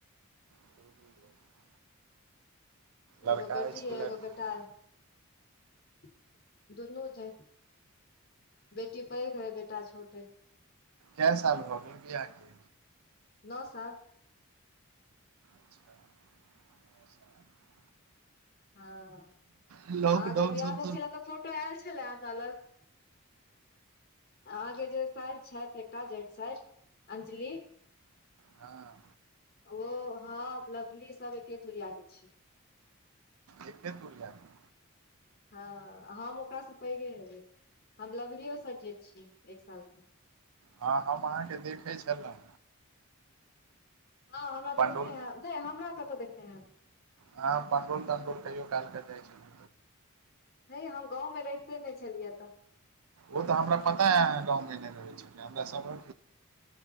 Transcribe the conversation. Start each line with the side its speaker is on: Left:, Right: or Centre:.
Right: <inaudible> लड़का
Left: एगो बेटी
Right: अछि कि
Left: अइ एगो
Right: लड़की
Left: बेटा अइ दुनू छै। बेटी पैघ अइ बेटा छोट अइ।
Right: कै साल भऽ गेल वियाहके?
Left: नओ साल
Right: अच्छा <inaudible>
Left: हां अहाँके
Right: लॉकडाउन
Left: बियाह
Right: सब
Left: भेल छलए तऽ फोटो आयल छलए हमरा लगि। अहाँके जे सायर छथि एकटा जेठ सायर अंजली
Right: हां
Left: ओ हम लवली सब एके तुरिया के छियै।
Right: एके तुरियाके
Left: हां हम ओकरासे पैघे हेबै, हम लवलियो से जेठ छी एक सालके।
Right: हां हम अहाँके देखै छलहुँ।
Left: हां हमरा
Right: पंडौल
Left: देखने हेव नै हमरा कतअ देखने हेव
Right: अहाँ पंडोल-तंडौल कहियो काल कऽ जाइ छलहुँ।
Left: हैय हम गाँवमे रहिते नै छलियै तऽ।
Right: उ तऽ हमरा पता हेय अहां गाँवमे नै रहै छलियै हमरा सब